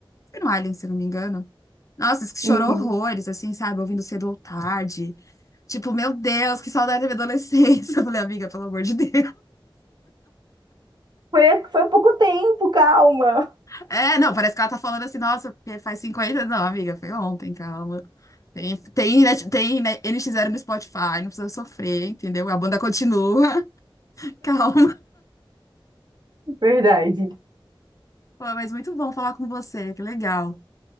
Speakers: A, on the left (about 35°); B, on the right (about 50°).
A: Foi no Alien se não me engano. Nossa, chorou
B: Uhum.
A: horrores, assim, sabe? Ouvindo cedo ou tarde. Tipo, meu Deus, que saudade da minha adolescência. <laughs> Eu falei, amiga, pelo amor de Deus.
B: Foi, foi há pouco tempo, calma.
A: É, não, parece que ela tá falando assim, nossa, porque faz 50. Não, amiga, foi ontem, calma. Tem, tem, né, tem né, NX0 no Spotify, não precisa sofrer, entendeu? A banda continua. <laughs> Calma.
B: <laughs> Verdade.
A: Pô, mas muito bom falar com você, que legal.